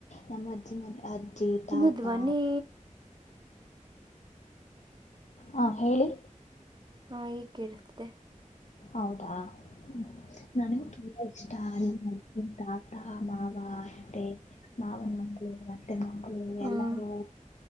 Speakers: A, on the left; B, on the right.
A: ನಮ್ಮ ಅಜ್ಜಿ ಮನೆ ಅಜ್ಜಿ ಚೀತಾ
B: ನಿಮ್ದು ಧ್ವನಿ
A: ತ ಹ ಹೇಳಿ
B: ನಾೇ ಕೇಳತತೆೆ
A: ಹೌದಾ ಹ್ಮ ನನಗೂ ತುಂಬಾ ಇಷ್ಟ ಅಲ್ಲಿ ಅಲ್ಲಿ ತಾತ ಮಾವ ಅತ್ತೆ ಮಾವನ ಮಕ್ಕಳು ಮತ್ತೆ ಮಕ್ಕಳು
B: ಹ್ಮ್
A: ಎಲ್ಲಾರೂ